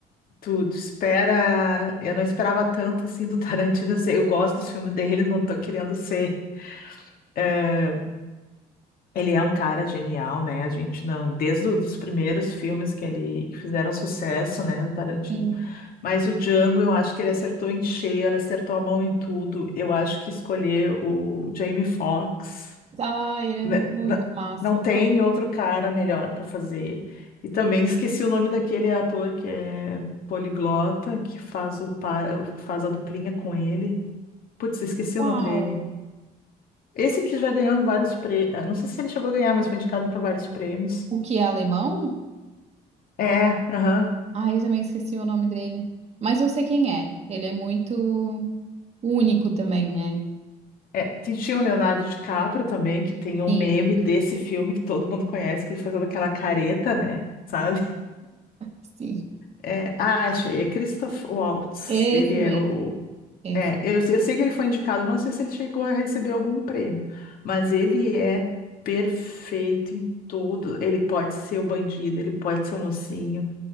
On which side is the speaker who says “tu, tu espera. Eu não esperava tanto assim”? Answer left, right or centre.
Left